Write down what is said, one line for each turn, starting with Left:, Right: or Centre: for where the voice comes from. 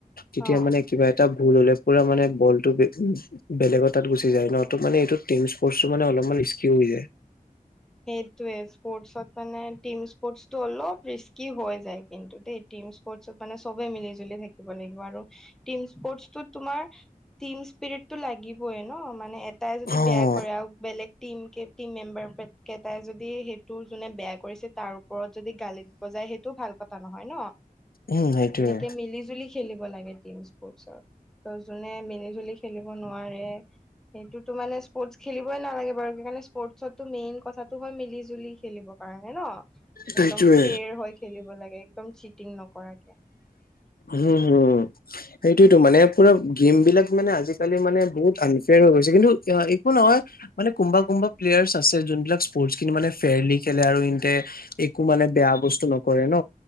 Left: তেতিয়া
Centre: অ
Left: মানে কিবা এটা ভুল হলে পুৰা মানে বলটো বেলেগত তাত গুচি যায় ন মানে ট্ৰনফ্ৰছ টো মানে অলপমান ৰিস্কিউ হৈ যায়
Centre: সেইটোৱে স্পৰ্টছত মানে টিম স্পৰ্টটো অলপ ৰিস্কি হৈ যায় কিন্তু। টিম স্পৰ্টচত মানে চবে মিলি জুলি থাকিব লাগিব আৰু টিম স্পৰ্টচত তোমাৰ টিম স্পিৰিট টো লাগিবই ন মানে এটাই যদি
Left: অ'।
Centre: বেয়া কৰে আৰু বেলেগ টিম কে টিম মেম্বাৰ কেইটাই যদি সেইটো যোনে বেয়া কৰিছে তাৰ ওপৰত যদি গালি বজায় সেইটো ভাল কথা নহয় ন
Left: উম সেইটোৱে।
Centre: এনেকে মিলি জুলি খেলিব লাগে টিম স্পৰ্টচ ত যোনে মিলি জুলি খেলিব নোৱাৰে সেইটোতো মানে স্পৰ্টচ খেলিবই নালাগে বাৰু সেইণে স্পৰ্টচো মেইন কথাটো হয় মিলি জুলি খেলিবৰ কাৰণে ন
Left: সেইটোৱে
Centre: একদম ফেৰ হৈ খেলিব লাগে। একদম চিটিং নকৰাকে।
Left: হম হুম সেইটোয়েতো মানে পুৰা গেম বিলাক মানে আজিকালি মানে বহুত আন ফেল হৈছে কিন্তু একো নহয় মানে কোনোবা কোনোবা প্লেয়াৰ্চ আছে যোন বিলাক স্পৰ্টচ খিনি মানে ফেয়াৰলি খেলে আৰু ইনতে একো মানে বেয়া বস্তু নকৰে ন